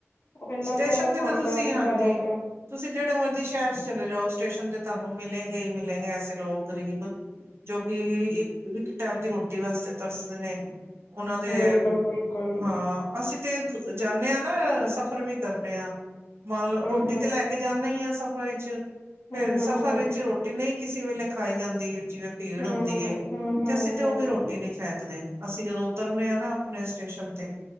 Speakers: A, on the left; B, on the right.
A: ਉਹ ਇੰਨਾ
B: ਸਟੇਸ਼ਨ
A: ਤਰਸ
B: ਤੇ
A: ਆਉਂਦਾ
B: ਤਾਂ ਤੁਸੀਂ
A: ਵਿਚਾਰਿਆਂ
B: ਹਾਂਜੀ
A: ਤੇ।
B: ਤੁਸੀਂ ਜਿਹੜੇ ਮਰਜ਼ੀ ਸ਼ਹਿਰ ਚ ਚਲੇ ਜਾਓ ਸਟੇਸ਼ਨ ਤੇ ਤੁਹਾਨੂੰ ਮਿਲਲੇਗੇ ਹੀ ਮਿਲਲੇਗੇ ਐਸੇ ਲੋਕ ਗਰੀਬ। ਜੋ ਕਿ ਇੱਕ-ਇੱਕ ਟਾਈਮ ਦੀ ਰੋਟੀ ਵਾਸਤੇ ਤਰਸਦੇ ਨੇ। ਉਹਨਾਂ ਦੇ
A: ਬਿਲਕੁਲ ਬਿਲਕੁਲ
B: ਹਾਂ! ਅਸੀਂ ਤੇ ਜਾਣੇ ਹਾਂ ਨਾ ਸਫ਼ਰ ਵੀ ਕਰਨੇ ਹਾਂ ਮੰਨ ਲਓ
A: ਹਮ
B: ਰੋਟੀ
A: ਹਮ
B: ਤੇ ਲੈ ਕੇ ਕੇ ਜਾਣੇ ਹੀ ਆ ਸਫ਼ਰ ਵਿੱਚ ਫੇਰ
A: ਹਮ
B: ਸਫ਼ਰ
A: ਹਮ
B: ਵਿੱਚ ਰੋਟੀ ਨਹੀਂ ਕਿਸੇ ਵੇਲੇ ਖਾਈ ਜਾਂਦੀ ਜਿਵੇਂ। ਭੀੜ
A: ਹਮ
B: ਹੁੰਦੀ ਏ
A: ਹਮ ਹਮ ਹਮ
B: ਤੇ ਅਸੀਂ
A: ਹਮ
B: ਤੇ ਉਹ ਵੀ ਰੋਟੀ ਨੀ ਫੇਕਦੇ ਅਸੀਂ ਜਦੋਂ ਉਤਰਨੇ ਹਾਂ ਨਾ। ਆਪਣੇ ਸਟੇਸ਼ਨ ਤੇ